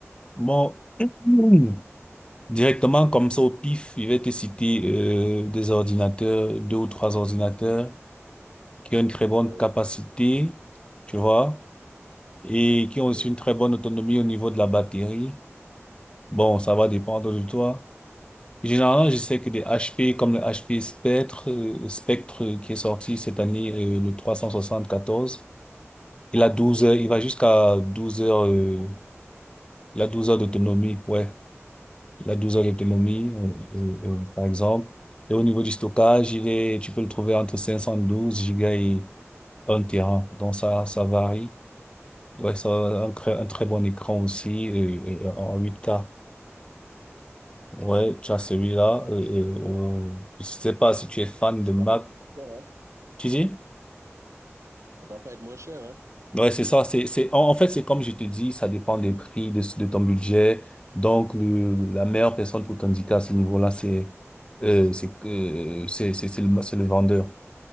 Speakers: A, on the left; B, on the right.
A: Bon, Mhm.
B: Mhm.
A: <clears throat> directement comme ça au pif, il va te citer euh, des ordinateurs, deux ou trois ordinateurs qui ont une très bonne
B: Oui,
A: capacité, tu vois, et qui ont
B: oui,
A: aussi une très bonne autonomie au niveau de la batterie. Bon, ça va
B: oui,
A: dépendre de toi. Généralement, je sais que des HP comme le HP Spectre, euh, Spectre euh, qui est sorti cette année, euh, le quatorze il a douze heures,
B: oui.
A: il va jusqu'à 12 heures, euh, il a 12
B: L'autonomie.
A: heures d'autonomie, ouais. Il a 12 heures d'autonomie, euh, euh, euh, par exemple. Et au niveau du stockage, il est, tu peux le trouver entre 512 gigas et un téra. Donc ça, ça varie. Ouais, ça a un très, un très bon écran aussi, euh, euh, en huit k Ouais, tu as celui-là.
B: Ah,
A: Euh, euh, euh, je sais pas si tu es fan
B: et ça
A: de Mac,
B: doit pas être moins cher, hein?
A: Tu dis?
B: Ça doit pas être moins cher, hein?
A: Ouais, c'est ça. C'est, c'est, en, en fait, c'est comme je te dis, ça dépend des prix, de, de ton budget. Donc, le- la meilleure personne pour t'indiquer à ce niveau-là, c'est, euh, c'est, euh, c'est, c'est, c'est le, c'est le vendeur.